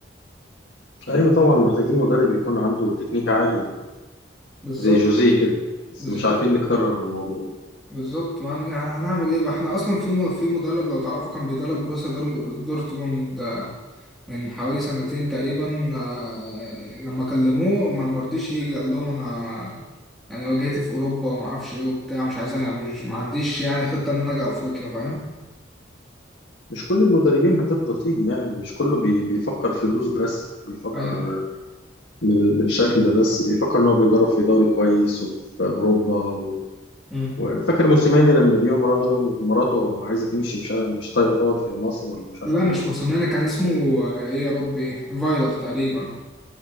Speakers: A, on the left; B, in the centre.
A: أيوه طبعا محتاجين مدرب يكون عنده تكنيك عالي
B: بالظبط
A: زي جوزيه كده بس
B: بالظبط
A: مش عارفين نكرر الموضوع
B: بالظبط ما هن- يعني هنعمل إيه بقى إحنا أصلا في م... في مدرب لو تعرفه كان بيدرب بروسيا دور... دورتموند آه، من حوالي سنتين تقريبا آه، لما كلموه ما مرضيش يجي قال لهم أنا يعني واجهتي في أوروبا ومعرفش إيه وبتاع مش عايز أنا مش ما عنديش يعني خطة إن أنا أجي أفريقيا فاهم؟
A: مش كل المدربين هترضى تيجي يعني مش كله بي بيفكر فلوس بس بيفكر
B: أيوه
A: بال- بالشكل ده بس بيفكر ان هو بيدرب في دوري كويس وفي اوروبا و...
B: مم.
A: وفاكر موسيماني لما جه ومر- قال له مراته عايزه تمشي مش عارف- مش طايقه تقعد في مصر ولا مش عارف
B: لا
A: ايه
B: مش موسوماني كان اسمه آه، ايه يا ربي فايلر تقريبا